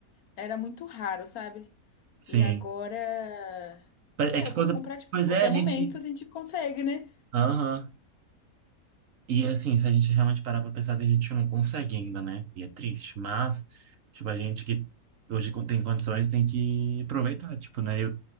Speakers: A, on the left; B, on the right.
A: era muito raro, sabe?
B: Sim.
A: E agora, ah,
B: É que
A: eu posso
B: quando.
A: comprar, tipo,
B: Pois
A: a qualquer
B: é, gente.
A: momento a gente consegue, né?
B: Aham. E assim, se a gente realmente parar pra pensar, a gente que não consegue ainda, né? E é triste, mas, tipo, a gente que hoje con- tem condições tem que aproveitar, tipo, né? Eu,